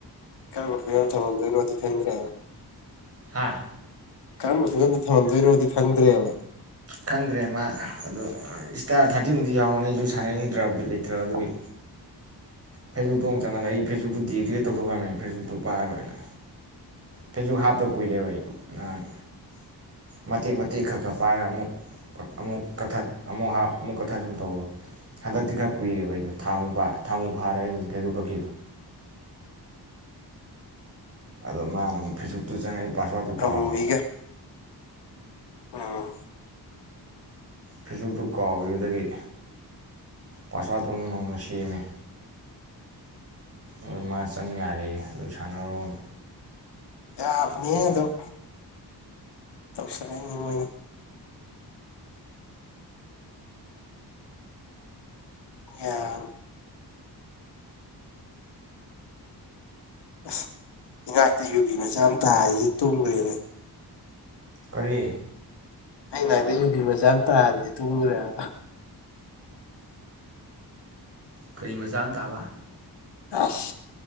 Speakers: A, on the left; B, on the right.
A: ꯀꯥꯔꯝꯕ ꯐꯤꯕꯥꯝꯗ ꯊꯅꯝꯗꯣꯏꯅꯣ ꯗꯤ ꯈꯪꯗ꯭ꯔꯦꯕ
B: ꯍꯥꯥ
A: ꯀꯔꯝꯕ ꯐꯤꯚꯝꯗ ꯊꯝꯍꯟꯗꯣꯏꯅꯣꯗꯤ ꯈꯪꯗ꯭ꯔꯦꯕ
B: ꯈꯪꯗ꯭ꯔꯦ ꯃꯥ ꯑꯗꯣ ꯏꯁꯇꯥꯔ ꯊꯥꯔꯇꯤꯃꯨꯛꯇꯗꯤ ꯌꯥꯎꯋꯅꯦ ꯑꯩꯁꯨ ꯁꯥꯟꯅꯅꯤꯡꯗ꯭ꯔꯕ ꯕꯤꯠ ꯂꯩꯇ꯭ꯔꯕ ꯑꯗꯨꯒꯤ ꯐꯦꯁꯕꯨꯛꯇꯣ ꯑꯃꯨꯛ ꯆꯪꯍꯜꯂꯛ ꯑꯩ ꯐꯦꯁꯕꯨꯛꯇꯨ ꯗꯤꯑꯦꯛꯇꯤꯚꯦꯠ ꯇꯧꯊꯣꯛꯈ꯭ꯔꯕꯅꯤꯅ ꯐꯦꯁꯕꯨꯛꯇꯨ ꯄꯥꯏꯔꯣꯏꯅ ꯐꯦꯁꯕꯨꯛ ꯍꯥꯞꯇ ꯀꯨꯏꯔꯦꯕ ꯑꯩ ꯅꯍꯥꯟ ꯃꯇꯦꯛ ꯃꯇꯦꯛ ꯈꯔ ꯈꯔ ꯄꯥꯏꯔꯒ ꯑꯃꯨꯛ ꯑꯃꯨꯛ ꯀꯛꯊꯠ ꯑꯃꯨꯛ ꯍꯥꯞ ꯑꯃꯨꯛ ꯀꯛꯊꯠ ꯁꯨꯝ ꯇꯧꯕꯗꯣ ꯍꯟꯗꯛꯇꯤ ꯈꯔ ꯀꯨꯏꯔꯦꯕ ꯑꯩꯗꯣ ꯊꯥ ꯑꯃꯨꯛ ꯊꯥꯃꯨꯛ ꯐꯥꯔ ꯐꯦꯖꯨ ꯀꯛꯈꯤꯗꯣ ꯑꯗꯣ ꯃꯥꯅ ꯑꯃꯨꯛ ꯐꯤꯁꯨꯨꯞꯇꯨ ꯆꯪꯉꯛꯏ ꯄꯥꯁꯋꯥꯔꯗ ꯇꯨ ꯀꯥꯎꯈꯔꯕ
A: ꯑꯃꯨꯕꯤꯒ ꯎꯝ
B: ꯐꯦꯁꯕꯨꯛꯇꯨ ꯀꯥꯎꯈꯤꯕꯗꯒꯤ ꯄꯥꯁꯋꯥꯠꯇꯨ ꯑꯃꯨꯛ ꯅꯧꯅ ꯁꯦꯝꯃꯦ ꯑꯗꯨ ꯃꯥ ꯆꯪ ꯌꯥꯔꯦ ꯑꯗꯨ ꯁꯥꯟꯅꯔꯣꯅ
A: ꯌꯥ ꯑꯅꯤ ꯑꯗꯨꯝ ꯇꯧꯁꯟꯅꯩꯅꯤ ꯃꯣꯏꯅꯤ ꯌꯥꯕ ꯑꯁ ꯏꯅꯥꯛꯇ ꯌꯨꯕꯤ ꯃꯆꯥ ꯑꯃ ꯇꯥꯔꯤꯁꯦ ꯇꯨꯝꯈ꯭ꯔꯦ ꯅꯦ
B: ꯀꯔꯤ
A: ꯑꯩꯅꯥꯛꯇ ꯌꯨꯕꯤ ꯃꯆꯥꯑꯝ ꯇꯥꯔꯤꯁꯦ ꯇꯨꯈ꯭ꯔꯦꯕ
B: ꯀꯔꯤ ꯃꯆꯥ ꯑꯃ ꯇꯥꯕ
A: ꯑꯁ